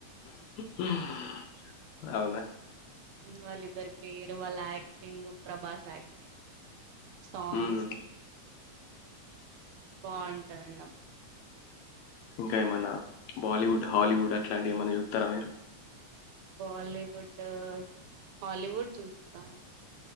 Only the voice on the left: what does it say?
ఊహుమ్ అవునా
హ్మ్.
ఇంకా ఏమన్నా బాలీవుడ్ హాలీవుడ్ అట్లాంటివి ఏమన్నా చూతారా మీరు